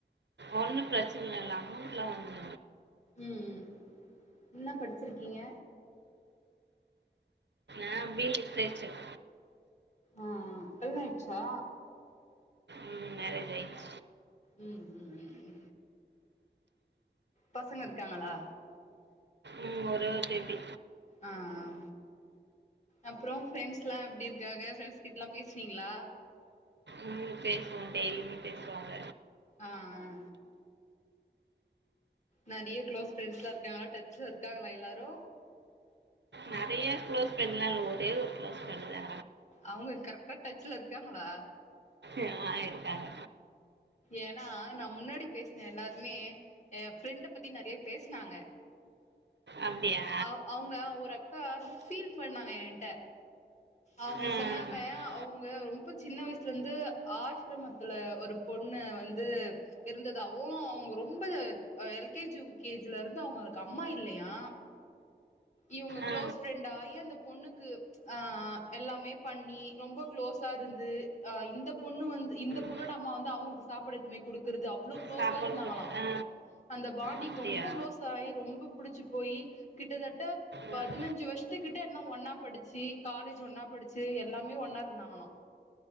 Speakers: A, on the right; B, on the left.
A: ஒன்னும் பிரச்சன இல்ல அமௌண்ட்லா வந்து
B: ம் என்ன படிச்சிருக்கீங்க
A: ஆ பி ஏ லிட்ரேச்சர்
B: ஆ கல்யாண ஆய்ச்சா
A: ம் மேரேஜ் ஆய்ச்
B: ம் ம் ம் பசங்க இருக்காங்களா
A: ம் ஒரே ஒரு பேபி
B: ஆ ஆ அப்றோ ஃப்ரெண்ஸ்லா எப்டி இருக்காங்க ஃப்ரெண்ஸ் கிட்லா பேஸ்வீங்லா
A: ம் பேசுவோ டெய்லியு பேசுவாங்க
B: ஆ ஆ நறைய க்ளோஸ் ஃப்ரெண்ட்ஸ்லா இருக்காங்களா டச்ல இருக்காங்களா எல்லாரு
A: நறைய க்ளோஸ் ஃப்ரெண்டுலா இல்ல ஒரே ஒரு க்ளோஸ் ஃப்ரெண்டு தா
B: அவுங்க கரெக்டா டச்ல இருக்காங்ளா
A: ம் இருக்காங்க
B: ஏனா நா முன்னாடி பேஸ்ன எல்லாருமே ஏ ஃப்ரெண்ட பத்தி நெறைய பேஸ்னாங்க
A: அப்டியா
B: அவ் அவுங்க ஒரு அக் கா ரொம்ப பீல் பண்ணாங்க ஏன்ட்ட அவுங்க
A: ஆ
B: சொன்னாங்க அவுங் க ரொம்ப சின்ன வயசுலருந்து ஆஸ்ரமத்துல ஒரு பொண்ண வந்து இருந்ததாவு அவுங்க ரொம்ப ஆ L K G U K ஜிலருந்து அவுங்களுக்கு அம்மா இல்லயா இவுங்க க்ளோஸ்
A: ஆ
B: ஃப்ரெண்ட் ஆயி அந்த பொண்ணுக்கு ஆ எல்லாமே பண்ணி ரொம்ப க்ளோஸாருந்து ஆ இந்த பொண்ணு வந்து இந்த பொன்னோட
A: ஆ.
B: அம்மா வந்து அவுங்களுக்கு சாப்பாட எடுத்துனு போய் குடுக்குறது அவ்ளோ க்ளோஸா
A: சாப்பாடு
B: இருந்தாங்களா
A: போட்டு ஆ
B: அந்த பாண்டிங்
A: அப்படியா
B: ரொம்ப க்ளோஸாயி ரொம்ப புடிச்சு போயி கிட்டதட்ட
A: ம்
B: பதினஞ்சு வருஷ்த்துக்கிட்ட எல்லா ஒன்னா படிச்சி காலேஜ் ஒன்னா படிச்சு எல்லாமே ஒன்னாருந்தாங்களா